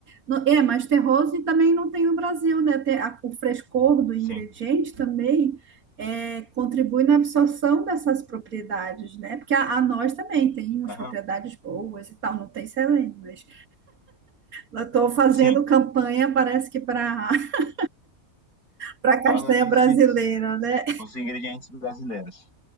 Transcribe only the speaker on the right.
Não- é mais terroso e também não tem no Brasil, né? Tem a- o frescor do
ingrediente também é, contribui na absorção dessas propriedades, né? Porque a, a nós também tem umas
propriedades boas e tal, não tem selênio, mas eu estou fazendo
campanha, parece que para <laughs> para castanha
brasileira, né?